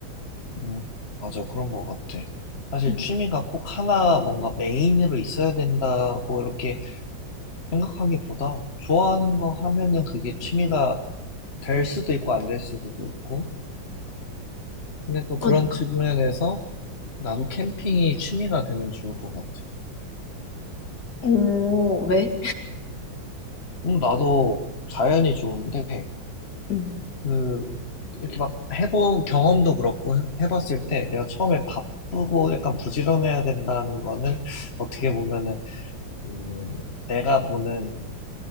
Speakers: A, on the left (about 35°); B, on the left (about 55°).
A: 음, 맞아. 그런 것 같아. 사실
B: 응,
A: 취미가 꼭 하나 뭔가 메인으로 있어야 된다고 이렇게 생각하기보다, 좋아하는 거 하면은 그게 취미가 될 수도 있고, 안 될 수도 있고. 근데 또 그런
B: 그러니까.
A: 측면에서, 나도 캠핑이 취미가 되면 좋을 것 같아.
B: 오, 왜?
A: 음, 나도 자연이 좋은데,
B: 응,
A: 그, 이렇게 막 해본 경험도 그렇고, 해- 해봤을 때 내가 처음에 바쁘고 약간 부지런해야 된다는 거는 어떻게 보면은, 음, 내가 보는